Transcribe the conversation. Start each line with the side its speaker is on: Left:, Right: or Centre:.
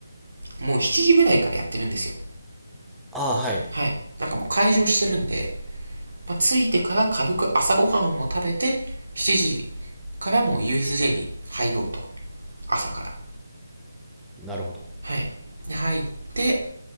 Right: もう7時ぐらいからやってるんですよ。
Centre: <laughs> ああ、はい。
Right: はい。なんかもう開場してるんで、まあ、着いてから軽く朝ごはんを食べて、7時からもう USJ に入ろうと。朝から。
Centre: なるほど。
Right: はい。で、入って、